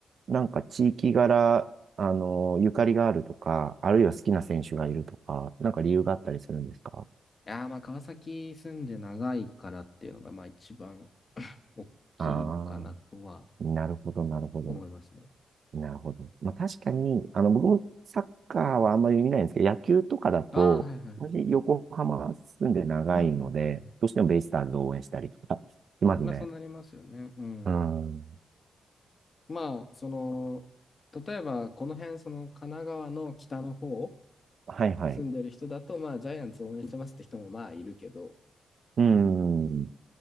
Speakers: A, on the right; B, on the left.
A: なんか地域柄、あの、ゆかりがあるとか、あるいは好きな選手がいるとか、なんか理由があったりするんですか
B: やーまあ川崎住んで長いからっていうのがまあ一番 <laughs> 大きいのかなとは
A: ああー、なるほど、なるほど。
B: 思いますね。
A: なるほど。まあ確かに、あの、僕もサッカーはあんまり見ないんですけど、野球とかだと、
B: ああ、はいはい。
A: 私、横浜住んで長いので、
B: うんうんうん。
A: どうしてもベイスターズを応援したりとか <laughs> しますね。
B: まあそうなりますよね。うん。
A: うん。
B: まあその例えばこの辺その神奈川の北の方
A: はいはい。
B: 住んでる人だとまあジャイアンツ応援してますって人もまあいるけど
A: うん。